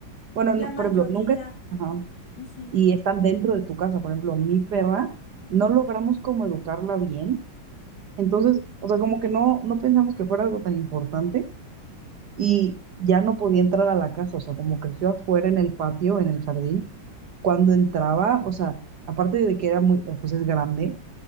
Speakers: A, on the right; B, on the left.
A: Bueno,
B: La
A: no-
B: mayoría,
A: por ejemplo, nunca, ajá,
B: ujú,
A: y están dentro de tu casa. Por ejemplo, mi perra, no logramos como educarla bien. Entonces, o sea, como que no, no pensamos que fuera algo tan importante y ya no podía entrar a la casa. O sea, como creció afuera en el patio, en el jardín, cuando entraba, o sea, aparte de que era muy, eh, pues es grande